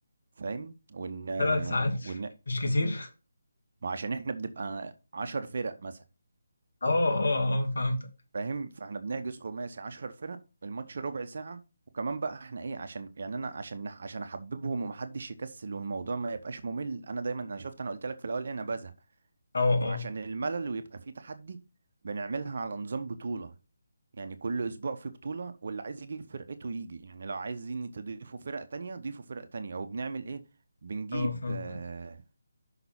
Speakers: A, on the right (about 50°); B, on the left (about 70°).
A: فاهم ون...
B: ثلاث ساعات
A: ون...
B: <laughs> مش كتير
A: وعشان احنا بنبقى عشر فرق مثلا
B: اه اه اه فهمتك
A: فاهم فاحنا بنحجز خماسي 10 فرق الماتش ربع ساعة وكمان بقى احنا ايه عشان يعني انا عشان عشان احببهم ومحدش يكسل والموضوع ما يبقاش ممل انا دايما انا شفت انا قلت لك في الاول ايه انا بزهق
B: اه
A: فعشان
B: اه
A: الملل ويبقى فيه تحدي بنعملها على نظام بطولة يعني كل اسبوع في بطولة واللي عايز يجيب فرقته يجي يعني لو عايزين تضيفوا فرق تانية ضيفوا فرق تانية وبنعمل ايه بنجيب
B: اه فهمتك
A: آه